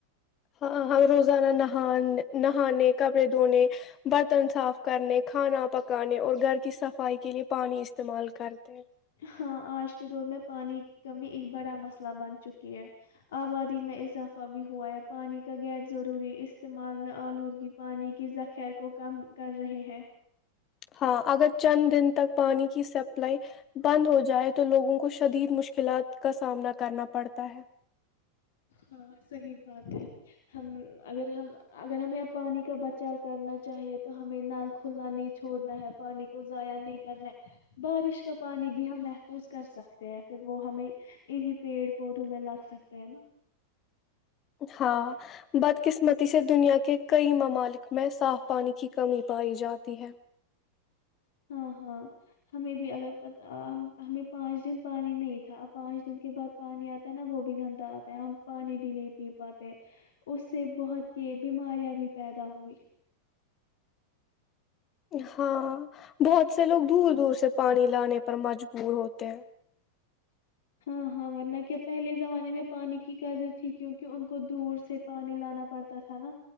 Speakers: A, on the left (about 30°); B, on the left (about 60°).
A: ہاں ہم روزانہ نہانے نہانے کپڑے دھونے برتن صاف کرنے کھانا پکانے اور گھر کی صفائی کے لیے پانی استعمال کرتے ہیں
B: ہاں آج کے دور میں پانی کی کمی ایک بڑا مسئلہ بن چکی ہے آبادی میں اضافہ بھی ہوا ہے پانی کا غیر ضروری استعمال میں آلودگی پانی کے ذخیر کو کم کر رہے ہے
A: ہاں اگر چند دن تک پانی کی س بند ہو جائے تو لووں کو کو شدید مشکلات کا سامنا کرنا پڑتا ہے
B: ہاں صحیح بات ہے ہم اگر ہم اگر ہمیں پانی کا بچاؤ کرنا چاہیے تو ہمیں نل کھلا نہیں چھوڑنا ہے پانی کو ضائع نہیں کرنا ہے بارش کا پانی بھی ہم محفوظ کر سکتے ہیں پھر وہ ہمیں انیں پیڑ پودوں میں لگ سکتے ہے نا
A: ہاں بدقسمتی سے دنیا کے کئی ممالک میں صاف پانی کی کمی پائی جاتی ہے
B: ہاں ہاں ہمیں بھی اگر پ ہمیں پانچ دن پانی نہیں تھا اب پانچ دن کے بعد پانی آتا ہے نا وہ بھی گھندا آتا ہے ہم پانی بھی نہیں پی پا تے سے بہت یہ بیماریاں بھی پیدا ہوئی
A: ہاں بہت سے لوگ دور دور سے پانی لانے پر مجبور ہوتے ہیں
B: ہاں ہاں ورنہ کیا پہلے زمانے میں پانی کی قدر تھی کیونکہ ان کو دور سے پانی لانا پڑتا تھا نا